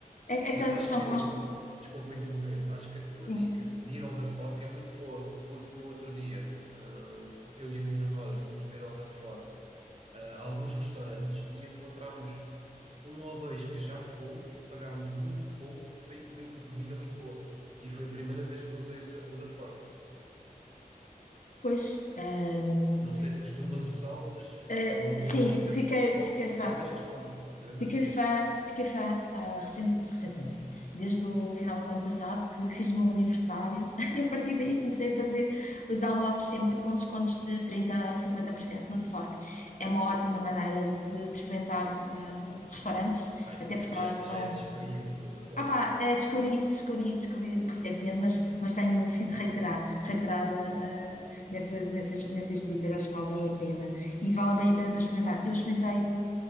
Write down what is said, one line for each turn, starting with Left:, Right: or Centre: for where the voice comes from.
Left: É aquela
Right: Mas acho
Left: questão
Right: que,
Left: que nós.
Right: desculpa interromper, acho que a tua
Left: Sim,
Right: dica de ir ao da Fork é muito boa, porque no outro dia hum, eu e a minha namorada fomos ver ao da Fork ah, alguns restaurantes e encontramos um ou dois que já fomos, pagámos muito pouco para ir comer comida muito boa. E foi a primeira vez que eu usei o da, o da Fork.
Left: pois. hum,
Right: Não sei se costumas usá-lo, mas
Left: eh,
Right: é uma boa
Left: sim,
Right: dica
Left: fiquei,
Right: porque dão-te
Left: fiquei fã.
Right: grandes descontos. Grandes
Left: Fiquei
Right: descontos.
Left: fã, fiquei fã ah, recente- recentemente, desde o final do ano passado, que fiz o meu aniversário, <laughs> e a partir daí comecei a fazer os almoços sempre com descontos de 30 a 50% no Fork É uma ótima maneira de, de experimentar ah, restaurantes,
Right: Ah, então
Left: até porque
Right: já,
Left: lá estão.
Right: já és experiente com o da Ford
Left: Ah pá,
Right: mesmo.
Left: eh, descobri, descobri, descobri recentemente, mas, mas tenho sido reiterada, reiterada ah, nessa- nessas, nessas visitas, acho que vale bem a pena. E vale bem a pena para experimentar. Eu experimentei